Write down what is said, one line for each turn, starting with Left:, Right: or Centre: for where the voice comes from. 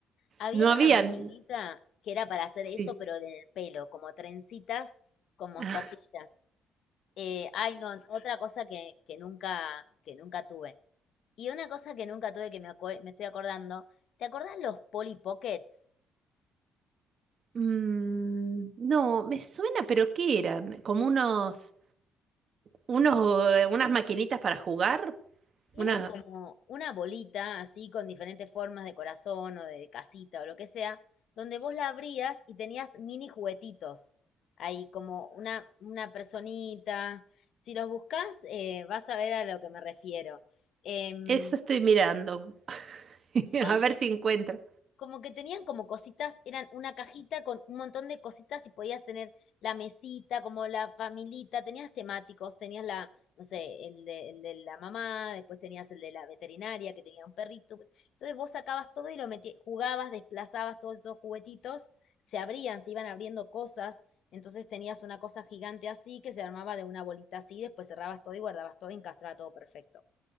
Left: Había
Right: No habían...
Left: una maquinita que era para hacer
Right: Sí.
Left: eso, pero en el pelo, como trencitas con mostacillas.
Right: <laughs>
Left: Eh, ay, no, otra cosa que, que nunca, que nunca tuve. Y una cosa que nunca tuve que me, acue- me estoy acordando, ¿te acordás los Polly Pockets?
Right: Mm, no, me suena, pero ¿qué eran? Como unos, unos, eh, unas maquinitas para jugar.
Left: Eran
Right: Una,
Left: como una bolita así con diferentes formas de corazón o de casita o lo que sea, donde vos la abrías y tenías mini juguetitos. Ahí como una, una personita. Si los buscás, eh, vas a ver a lo que me refiero. Em,
Right: eso estoy mirando. <laughs>
Left: son,
Right: A ver si encuentro.
Left: como que tenían como cositas, eran una cajita con un montón de cositas y podías tener la mesita, como la familita, tenías temáticos, tenías la, no sé, el de, el de la mamá, después tenías el de la veterinaria que tenía un perrito. Entonces vos sacabas todo y lo metías, jugabas, desplazabas todos esos juguetitos, se abrían, se iban abriendo cosas. Entonces tenías una cosa gigante así que se armaba de una bolita así, después cerrabas todo y guardabas todo y encastraba todo perfecto.